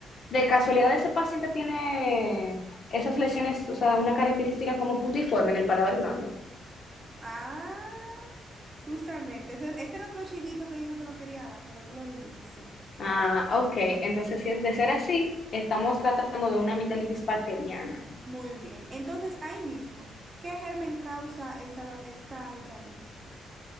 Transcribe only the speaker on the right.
Ah, justamente. Ese, este era otro chivito que yo no te lo quería dar, pero tú lo dijiste, sí.
Muy bien. Entonces, ahí mismo, ¿qué germen causa esta, ba- esta amigdalitis?